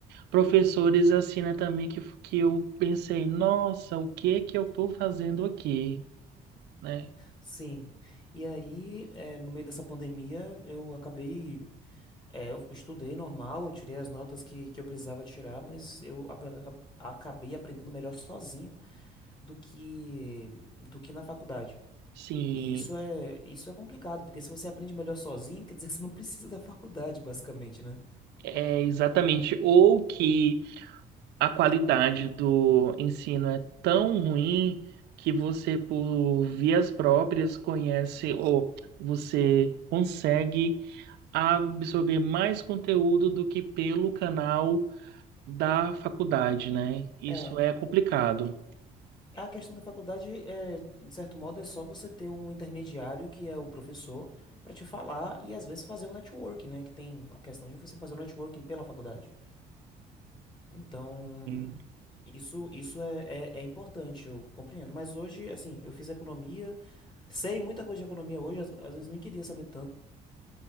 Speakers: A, on the right; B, on the left.
A: professores assim, né, também que, que eu pensei, nossa, o que que eu tô fazendo aqui, né?
B: Sim. E aí, eh, no meio dessa pandemia, eu acabei. eh, eu estudei normal, eu tirei as notas que, que eu precisava tirar, mas eu ape- acabei aprendendo melhor sozinho do que, do que na faculdade.
A: Sim,
B: E isso é, isso é complicado, porque se você aprende melhor sozinho, quer dizer que você não precisa da faculdade, basicamente, né?
A: é exatamente. Ou que a qualidade do ensino é tão ruim que você, por vias próprias, conhece ou você consegue absorver mais conteúdo do que pelo canal da faculdade, né? Isso
B: É,
A: é complicado.
B: a questão da faculdade é, de certo modo, é só você ter um intermediário que é o professor pra te falar e às vezes fazer um networking, né? Que tem a questão de você fazer o networking pela faculdade. Então,
A: Sim.
B: isso isso é, é, é importante, eu compreendo. Mas hoje, assim, eu fiz economia, sei muita coisa de economia hoje, às, às vezes nem queria saber tanto